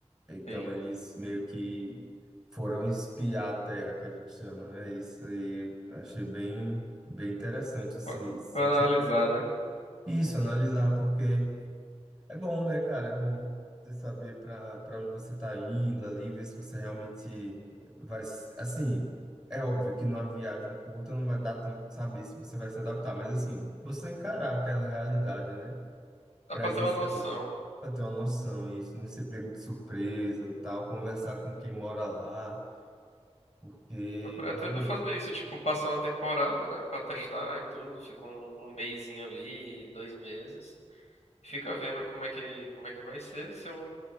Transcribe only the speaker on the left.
Sim.
Pra,
pra
analisar, né?
Dá
pra ter uma noção.
Eu pretendo
fazer isso, tipo, passar uma temporada, né, Pra testar e tudo, fica um, um mesinho ali, dois meses, fica vendo como é que, como é que vai ser, se eu,